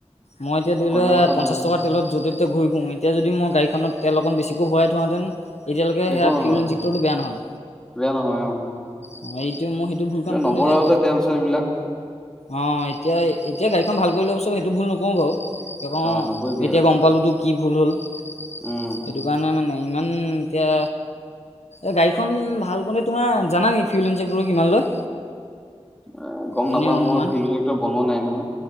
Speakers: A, on the left; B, in the centre.
A: মই এতিয়া ধৰি
B: অন্য
A: লোৱা
B: কথা
A: পঞ্চাছ
B: নাই নহয়
A: টকা তেলত য'তে ততে ঘূৰি ফুৰোঁ। এতিয়া যদি মই গাড়ীখনত তে অকণ বেছিকৈ ভৰাই থোৱাহেতেন এতিয়ালৈকে
B: একো
A: সেয়া
B: নহয়
A: ফিউল ইনজেক্টৰটো বেয়া নহয়।
B: বেয়া নহয় অ
A: অ এইটো মই সেইটো ভুল কাম কৰিলো
B: নভৰাও
A: যে।
B: তেল চেল বিলাক
A: অ এতিয়া এতিয়া গাড়ীখন ভাল কৰি লৈ চব সেইটো ভুল নকৰোঁ বাৰু। ক
B: অ নকৰিবি
A: এতিয়া
B: আৰু
A: গম পালোতো কি ভুল হ'ল সেইটো
B: উম
A: কাৰণে মানে ইমান এতিয়া এ গাড়ীখন ভাল কৰিলে তোমাৰ জানা নে ফিউল ইনজেক্টৰটো কিমান লয়
B: এ গম
A: এনেই
B: নাপাওঁ
A: অনুমান
B: মই ফিওলজেক্টৰ বনোৱা নাই নহয়